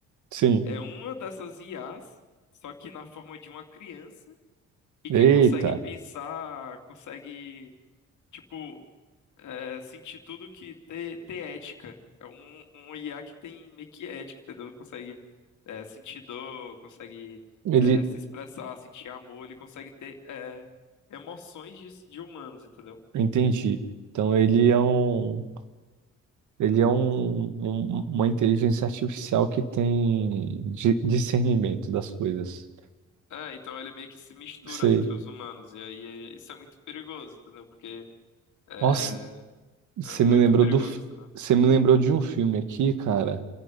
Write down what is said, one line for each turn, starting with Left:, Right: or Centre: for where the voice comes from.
Right: sim.
Left: é uma dessas IAs, só que na forma de uma criança e
Right: Eita,
Left: que consegue pensar, consegue, tipo, é, sentir tudo que ter, ter ética. É um, um IA que tem meio que ética, entendeu? Consegue, é, sentir dor, consegue,
Right: ele,
Left: é, se expressar, sentir amor, ele consegue ter, é, emoções de, de humanos, entendeu?
Right: entendi. Então ele é um Ele é um, um- uma inteligência artificial que tem di- discernimento das coisas.
Left: É, então ele meio que se mistura
Right: Sei.
Left: entre os humanos, e aí é- isso é muito perigoso, entendeu? Porque é,
Right: Nossa, você
Left: é muito
Right: me lembrou
Left: perigoso,
Right: do, fi-
Left: entendeu?
Right: você me lembrou de um filme aqui, cara.